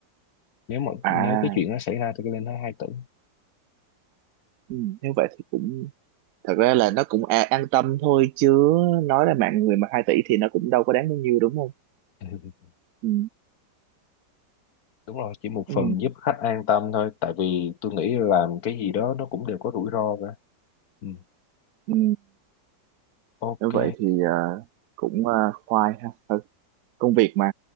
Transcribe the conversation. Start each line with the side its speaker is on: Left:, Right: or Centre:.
Left: nếu mà
Right: à
Left: nếu cái chuyện nó xảy ra thì lên tới hai tỷ
Right: ừ, nếu vậy thì cũng thật ra là nó cũng à, an tâm thôi chứ nói là mạng người mà 2 tỷ thì nó cũng đâu có đáng bao nhiêu đúng không
Left: <laughs>
Right: ừ.
Left: đúng rồi chỉ một
Right: Ừ.
Left: phần giúp khách an tâm thôi tại vì tôi nghĩ làm cái gì đó nó cũng đều có rủi ro cả ừ.
Right: Ừ.
Left: ok
Right: nếu vậy thì à, cũng à, khoai ha Thôi, công việc mà